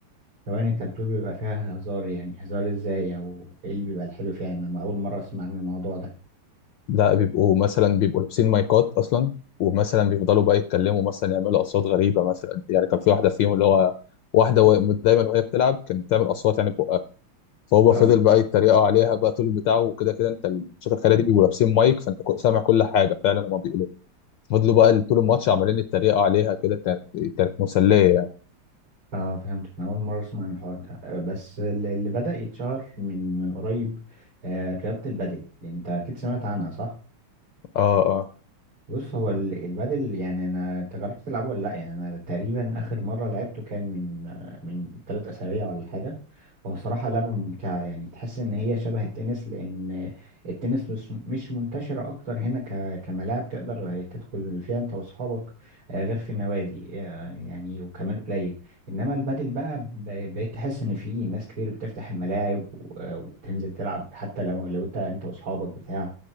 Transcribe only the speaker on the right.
ثواني انت بتقول بيبقى فيها هزار يعني هزار ازاي او ايه اللي بيبقى الحلو فيها يعني انا اول مره اسمع عن الموضوع ده
اه
اه فهمت انا اول مره اسمع عن الحوار ده آه، بس ال- اللي بدأ يتشهر من من قريب آه، رياضه البادل انت اكيد سمعت عنها صح
بص هو ال- البادل يعني انا انت جربت تلعبه ولا لا يعني انا تقريبا اخر مره لعبته كان من من ثلاث اسابيع ولا حاجه هو صراحه لعبه ممتعه يعني تحس ان هي شبه التنس لان التنس مش مش منتشره اكتر هنا ك كملاعب تقدر تدخل فيها انت واصحابك آه، غير في النوادي آه، يعني وكمان قليل انما البادل بقى ب- بقيت تحس ان في ناس كتير بتفتح الملاعب و- وتنزل تلعب حتى لو لو انت انت واصحابك بتاع